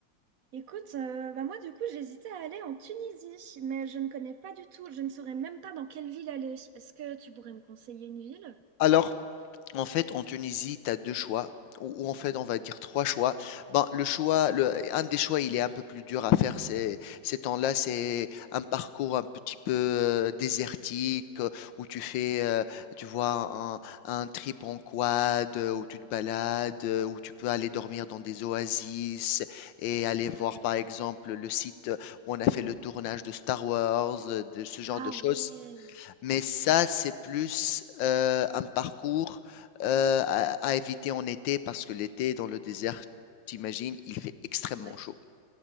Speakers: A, on the right (about 70°); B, on the left (about 80°).
A: Écoute, euh, bah moi du coup j'hésitais à aller en Tunisie, mais je ne connais pas du tout, je ne saurais même pas dans quelle ville aller. Est-ce que tu pourrais me conseiller une ville?
B: Alors, En fait, en Tunisie, tu as deux choix, ou, ou en fait, on va dire trois choix. Ben, le choix, le, un des choix, il est un peu plus dur à faire ces, ces temps-là. C'est un parcours un petit peu euh, désertique, euh, où tu fais, euh, tu vois, un, un trip en quad, euh, où tu te balades, euh, où tu peux aller dormir dans des oasis et aller
A: Ah
B: voir,
A: ouais.
B: par exemple, le site où on a fait le tournage de Star Wars, euh, de ce genre
A: Ah
B: de choses.
A: ouais.
B: Mais ça, c'est plus euh, un parcours euh, à, à éviter en été parce que l'été dans le désert, t'imagines, il fait extrêmement
A: Ouais,
B: chaud.